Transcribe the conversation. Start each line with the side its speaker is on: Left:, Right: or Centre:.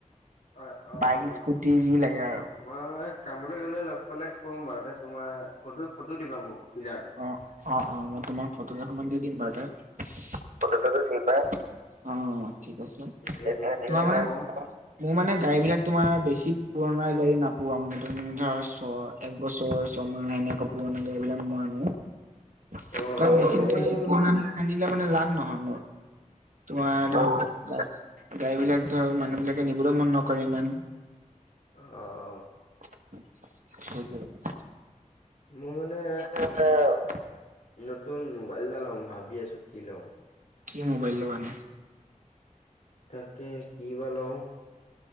Left: অ অ
Right: বাইক,
Left: মই
Right: স্কুটি যি লাগে আৰু।
Left: মই কামলৈ গলে লগ পালে ক'ম বাৰুদে, তোমাৰ ফটো ফটো দিবা মোক ডিলাৰটো।
Right: অ', অ', অ' মই তোমাক ফটো কেইখনমান দি দিম বাৰুতে। ফটো চটো দিবা, অ' ঠিক আছে।
Left: তেতিয়া দেখিলে
Right: তোমাৰ মানে
Left: কম
Right: মোৰ মানে গাড়ীবিলাক তোমাৰ বেছি পুৰণা গাড়ী নাপোৱাম মানে ধৰা ছয় এক বছৰ, ছমাহ এনেকুৱা পুৰণা গাড়ী বিলাক মই <unintelligible> <unintelligible>
Left: অ
Right: বেছি
Left: মানে
Right: বেছি
Left: মোৰ
Right: পুৰণাবিলাক আনিলে মানে লাভ নহয় মোৰ। তোমাৰ আচ্ছা আচ্ছা। গাড়ীবিলাক ধৰক মানুহবিলাকে নিবলৈও মন নকৰে ইমান।
Left: অ।
Right: সেইটোৱেই।
Left: মোৰ মানে।
Right: ে <unintelligible>
Left: নতুন মোবাইল এটা লম ভাবি আছো কি লওঁ
Right: কি মোবাইল ল'বা নো
Left: তাকে কি বা লওঁ